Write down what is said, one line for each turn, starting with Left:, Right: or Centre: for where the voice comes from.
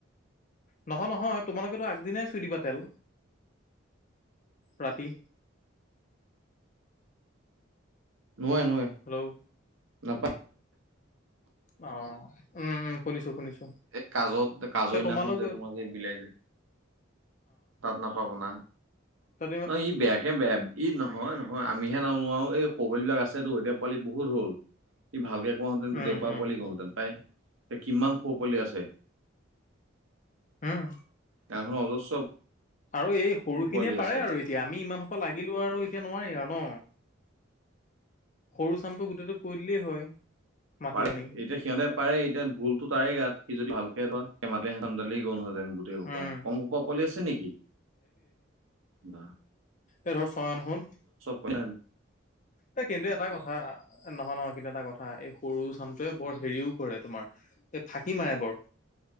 Left: নহয় নহয় তোমালোকেতো আগদিনাই থই দিবা তেল ৰাতি
Right: নোৱাই নোৱাই
Left: হেল্ল'
Right: নাপায়
Left: অহ উম উম শুনিছো শুনিছো
Right: এই কাজত কাজৰদিনাখন
Left: তে তোমালোক
Right: যে তোমাৰ যে বিলাই যে তাত নাপাব না
Left: হয়
Right: অহ ই বেয়াকে বেয়া ই নহয় নহয় আমিহে নোবা নোৱাৰো এই খবাল বিলাক আছেতো এতিয়া পোৱালি বহুত হল। সি ভালকে কোৱা হেঁতেন
Left: উম,
Right: গোটেই সোপা
Left: উম,
Right: পোৱালি গল হেঁতেন পাই। এতিয়া কিমান কৌ সৰু পোৱালি আছে।
Left: হম।
Right: গাঁও খনৰ অজস্ৰ
Left: আৰু এই সৰু
Right: পোৱালি
Left: খিনিয়ে পাৰে
Right: আছে।
Left: আৰু এতিয়া আমি ইমানসোপা লাগি কিন্তু আৰু এতিয়া নোৱাৰি আৰু ন। সৰু চামটো গোটেইটো কৰি দিলেই হয়। মাতি
Right: পাৰে
Left: আনি
Right: এতিয়া সিহঁতে পাৰে এতিয়া ভুলতো তাৰে গাত সি যদি ভালকে ধমালি <unintelligible> স মাতে সঁতাম দালিে গল হয়। যেন গোটেই সোপা,
Left: উম,
Right: কমসোপা পোৱালি লি আছে নেকি, বা
Left: প <unintelligible> ৰৰ ছয়ন হল।
Right: আপোন।
Left: এ, কিন্তু এটা কথা নহয়, নহয় কিন্তু, এটা কথা। হা, এই সৰু চামটোৱে বৰ হেৰিও কৰে তোমাৰ এই ফাঁকি মাৰে বৰ।